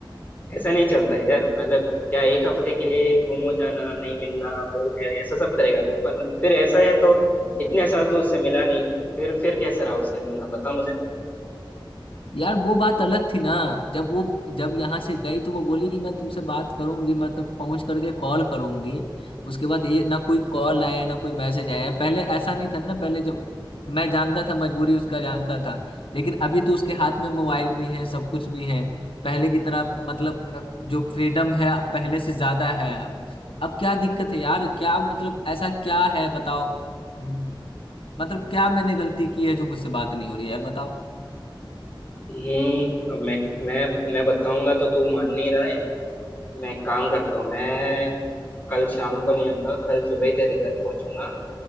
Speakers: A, on the left (about 20°); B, on the left (about 85°).
A: ऐसा नहीं चलता है यार मतलब क्या एक हफ्ते के लिए गुम हो जाना नहीं मिलना तो ऐ- ऐसा सब करेगा पर फिर ऐसा है तो इतने साल तो उससे मिला नहीं फिर फिर कैसे रहा उसके बिना बता मुझे
B: यार वो बात अलग थी ना जब वो जब यहाँ से गई तो वो बोली कि मैं तुमसे बात करूंगी मतलब पहुंच करके कॉल करूंगी उसके बाद ये ना कोई कॉल आया ना कोई मैसेज आया पहले ऐसा नहीं था ना पहले जब मैं जानता था मजबूरी उसका जानता था लेकिन अभी तो उसके हाथ में मोबाइल भी है सब कुछ भी है पहले की तरह मतलब अ, जो फ्रीडम है पहले से ज्यादा है अब तो अब क्या दिक्कत है यार क्या मतलब ऐसा क्या है बताओ हम्म, मतलब क्या मैंने गलती की है जो मुझसे बात नहीं हो रही है यार बताओ
A: हम्म अब मैं मैं मैं बताऊंगा तो तू मान नहीं रहा है मैं एक काम करता हूँ मैं कल शाम को नहीं आऊंगा कल सुबह ही तेरे घर पहुंचूंगा